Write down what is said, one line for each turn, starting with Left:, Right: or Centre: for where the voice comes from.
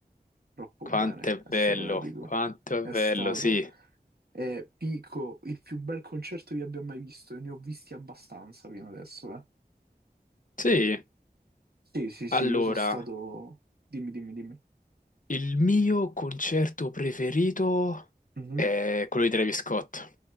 Right: Troppo
Left: quanto
Right: bene,
Left: è
Right: è
Left: bello,
Right: stato epico.
Left: quanto
Right: È
Left: è bello,
Right: stato,
Left: sì.
Right: eh, Pico, il più bel concerto che abbia mai visto e ne ho visti abbastanza fino adesso, eh.
Left: Sì,
Right: Sì, sì, sì,
Left: allora,
Right: io sono stato... Dimmi, dimmi, dimmi.
Left: il mio concerto preferito
Right: Mhm.
Left: è quello di Travis Scott.